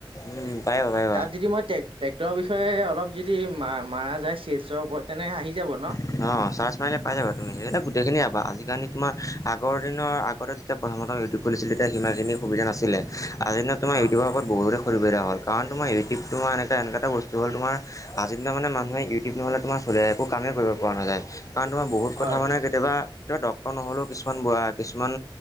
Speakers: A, on the left; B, on the right.
A: উম,
B: <inaudible>
A: পাৰিবা পাৰিবা।
B: তাত যদি মইে ট্ৰেক্টৰৰ বিষয়ে অলপ যদি মা মাৰা যায় চেলছৰ ওপৰত তেনে আহি যাব ন?
A: অ চাৰ্চ মাৰিলে পাই যাবা তুমি <unintelligible> গোটেইখিনি পাবা আজিকালি তোমাৰ আগদিনৰ আগতে যেতিয়া প্ৰথমতে ইউটিউব খুলিছিলো তেতিয়া সিমানখিনি সুবিধা নাছিলে, আজিৰ দিনত তোমাৰ
B: অ'
A: ইউটিউবৰ ওপৰত বহুত সুবিধা হ'ল কাৰণ তোমাৰ ইউটিউবটো <unintelligible> এনেকুৱা এটা বস্তু হ'ল তোমাৰ আজি দিনত মানুহে ইউটিউব নহলে তোমাৰ খোলে একো কামেই কৰিব পৰা নাযায় কাৰণ তোমাৰ বহুত
B: হয়
A: কথা মানে কেতিয়াবা তেওঁ ডক্তৰ নহ'লেও কিছুমান বোৱা কিছুমান